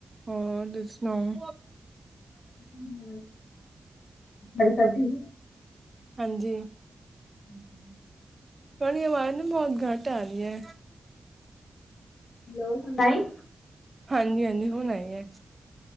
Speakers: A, on the right; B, on the left.
A: ਹੋਰ, ਤੁਸੀ ਸੁਣਾਓ?
B: ਹਾਂ, ਜੀ ਸਭ ਠੀਕ ਨੇ?
A: ਹਾਂਜੀ।
B: <unintelligible>
A: ਤੁਹਾਡੀ ਆਵਾਜ਼ ਨਾ ਬਹੁਤ ਘੱਟ ਆ ਰਈ ਹੈ
B: ਹੈਲੋ ਹੁਣ ਆਈ
A: ਹਾਂਜੀ ਹਾਂਜੀ ਹੁਣ ਆਈ ਹੈ